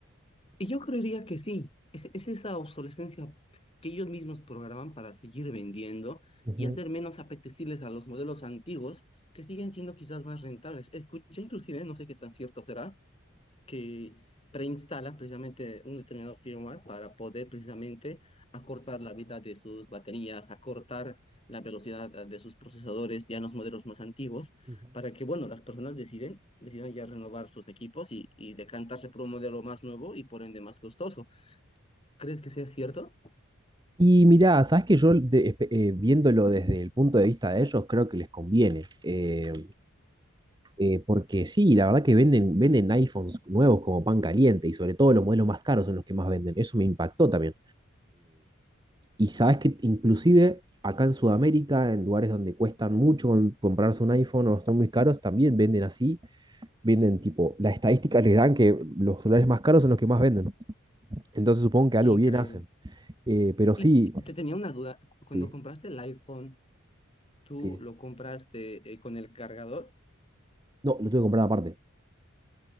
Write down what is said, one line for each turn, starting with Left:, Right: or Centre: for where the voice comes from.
Left: Y yo creería que sí, es, es esa obsolescencia que ellos mismos programan para seguir vendiendo
Right: Ujú,
Left: y hacer menos apetecibles a los modelos antiguos que siguen siendo quizás más rentables. Escuché inclusive, no sé qué tan cierto será, que preinstala precisamente un determinado firmware para poder precisamente acortar la vida de sus baterías, acortar la velocidad eh, de sus procesadores ya en los modelos más antiguos,
Right: ujú.
Left: para que, bueno, las personas deciden, decidan ya renovar sus equipos y, y decantarse por un modelo más nuevo y por ende más costoso. ¿Crees que sea cierto?
Right: Y mirá, sabes que yo de- espe- eh, viéndolo desde el punto de vista de ellos, creo que les conviene. Eh, eh, porque sí, la verdad que venden, venden iPhones nuevos como pan caliente y sobre todo los modelos más caros son los que más venden. Eso me impactó también. Y sabes que inclusive acá en Sudamérica, en lugares donde cuestan mucho con- comprarse un iPhone o están muy caros, también venden así. Venden tipo, las estadísticas les dan que los celulares más caros son los que más venden. Entonces supongo que
Left: Qué
Right: algo
Left: increíble.
Right: bien hacen. Eh, pero
Left: Y,
Right: sí,
Left: y te tenía una duda, cuando
Right: sí,
Left: compraste el iPhone, ¿tú
Right: sí.
Left: lo compraste eh, con el cargador?
Right: No, lo tuve que comprar aparte.